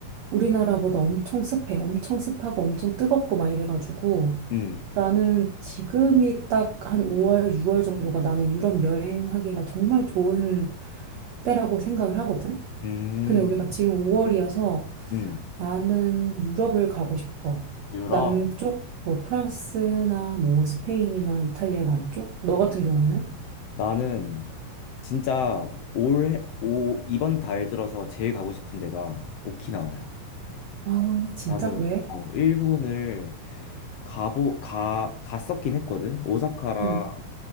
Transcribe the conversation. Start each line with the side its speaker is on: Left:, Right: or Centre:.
Right: 우리나라보다 엄청 습해. 엄청 습하고 엄청 뜨겁고 막 이래가지고
Left: 응.
Right: 나는 지금이 딱 한 5월, 6월 정도가 나는 유럽 여행하기가 정말 좋은 때라고 생각을 하거든.
Left: 음,
Right: 근데 우리가 지금 5월이어서
Left: 음.
Right: 나는 유럽을 가고 싶어.
Left: 유럽.
Right: 남쪽, 뭐 프랑스나 뭐 스페인이나 이탈리아 남쪽? 너 같은 경우에는?
Left: 나는 진짜 올, 오, 이번 달 들어서 제일 가고 싶은 데가 오키나와야.
Right: 아, 진짜?
Left: 나는
Right: 왜?
Left: 어, 일본을 가보, 가, 갔었긴 했거든. 오사카랑
Right: 응.